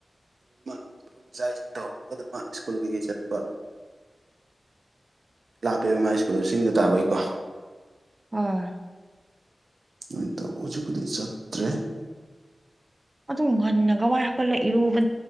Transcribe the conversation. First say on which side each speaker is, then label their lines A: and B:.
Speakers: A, on the right; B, on the right.
A: ꯑꯗꯨꯃ ꯑꯩꯈꯣꯏꯒꯤ ꯏꯆꯥꯥꯛ ꯏꯁꯤꯡ ꯇꯧꯔꯃꯒ ꯑꯗꯨꯃ ꯁ꯭ꯀꯨꯜ ꯀꯩꯀꯩ ꯆꯠꯄ ꯂꯥꯞꯄꯕ ꯃꯥꯥꯏ ꯁ꯭ꯀꯨꯜ ꯆꯤꯡꯗ ꯇꯥꯕꯩꯀꯣ
B: ꯎꯝ
A: ꯅꯣꯏꯇꯣ ꯑꯣꯆ ꯀꯂꯤ ꯆꯇ꯭ꯔ
B: ꯑꯗꯨꯝ ꯉꯟꯅꯒꯋꯥꯏ ꯍꯧꯒꯠꯂꯒ ꯏꯔꯨꯕ